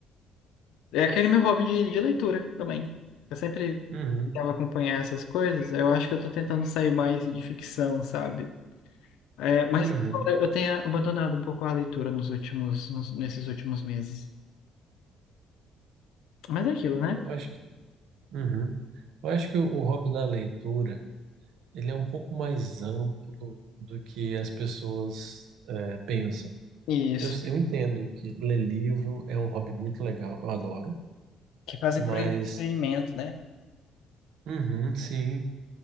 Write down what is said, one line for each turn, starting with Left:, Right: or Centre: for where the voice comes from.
Left: É aquele meu hobby de, de leitura também. Eu sempre
Right: Uhum,
Left: tentava acompanhar essas coisas, eu acho que eu tô tentando sair mais de ficção, sabe? É, mas
Right: uhum.
Left: embora eu tenha abandonado um pouco a leitura nos últimos, nos- nesses últimos meses. Mas é aquilo, né?
Right: Eu acho que, uhum. Eu acho que o, o hobby da leitura, ele é um pouco mais amplo do que as pessoas é, pensam.
Left: Isso.
Right: Eu, eu entendo que ler livro é um hobby muito legal, eu adoro,
Left: Que fazem
Right: mas,
Left: pro entretenimento, né?
Right: uhum, sim,